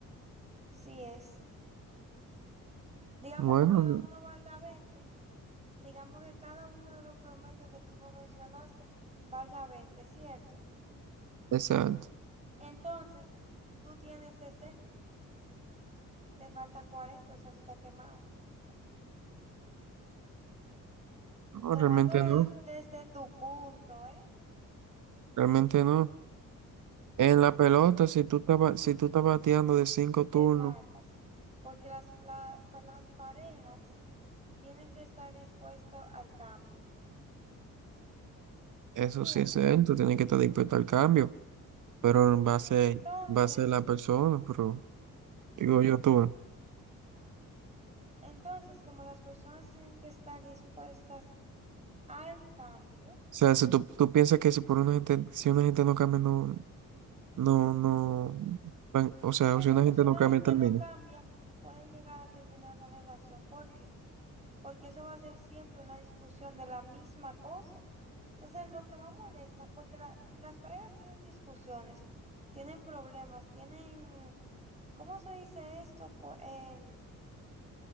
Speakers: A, on the right (about 20°); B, on the right (about 60°).
A: sí es. Digamos
B: Bueno,
A: que cada
B: no,
A: uno valga 20. digamos que cada uno de los promedios que tú me mencionaste valga 20, ¿cierto?
B: exacto.
A: Entonces, tú tienes 60, te falta 40, o sea, tú estás quemado.
B: No,
A: Tomándolo
B: realmente no,
A: de- desde tu punto, ¿eh?
B: realmente no. En la pelota, si tú estás, ba- si tú estás bateando de cinco
A: Externarlas,
B: turnos,
A: porque las, la- pa- las parejas tienen que estar dispuestas al cambio,
B: eso
A: ¿entiendes?
B: sí es él, tú tienes que estar dispuesto al cambio. pero en base, en
A: Entonces,
B: base a la persona, pero digo yo tú. O
A: entonces, como las personas tienen que estar dispuestas al cambio,
B: sea, si tú, tú piensas que si por una gente, si una gente no cambia, no, no, no, van- o
A: Yo
B: sea,
A: pienso
B: si una
A: que
B: gente
A: si una
B: no cambia,
A: gente
B: termina.
A: no cambia, puede llegar a terminar la relación. ¿Por qué? Porque eso va a ser siempre una discusión de la misma cosa. Entonces, lo que más molesta, porque la- las parejas tienen discusiones, tienen problemas, tienen, ¿cómo se dice esto? Po- em,